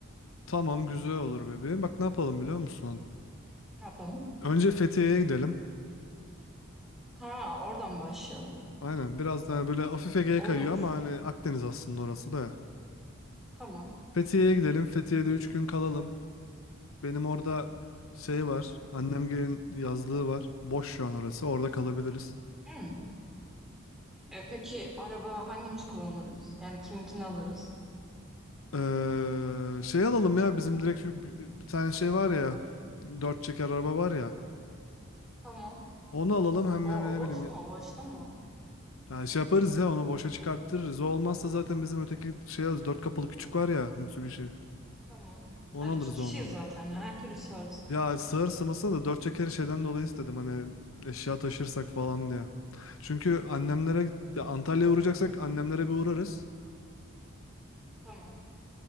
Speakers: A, on the left (about 70°); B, in the centre.
A: Tamam güzel olur bebeğim. Bak ne yapalım biliyor musun?
B: Ne yapalım?
A: Önce Fethiye'ye gidelim.
B: Ha oradan başlayalım.
A: Aynen biraz daha böyle hafif Ege'ye
B: Olur.
A: kayıyor ama hani Akdeniz aslında orası da ya.
B: Tamam.
A: Fethiye'ye gidelim. Fethiye'de 3 gün kalalım. Benim orada şey var. Annemgilin yazlığı var. Boş şu an orası. Orada kalabiliriz.
B: Hı. E, peki araba hangimiz kullanırız? Yani kiminkini alırız?
A: Ee, şey alalım ya bizim direkt şu bir bir tane şey var ya dört çeker araba var ya
B: Tamam.
A: onu alalım hem
B: O,
A: yani
B: o boş
A: ne bileyim ya
B: mu? O boşta mı?
A: şey yaparız ya onu boşa çıkarttırırız o olmazsa zaten bizim öteki şey alırız dört kapılı küçük var ya Mitsubishi
B: Tamam.
A: onu
B: Ya
A: alırız
B: iki kişiyiz
A: olmadı
B: zaten ya. Her türlü varız.
A: ya sığır sığmasına da dört çekeri şeyden dolayı istedim hani eşya taşırsak falan diye çünkü annemlere ya Antalya'ya uğrayacaksak annemlere bir uğrarız
B: Tamam.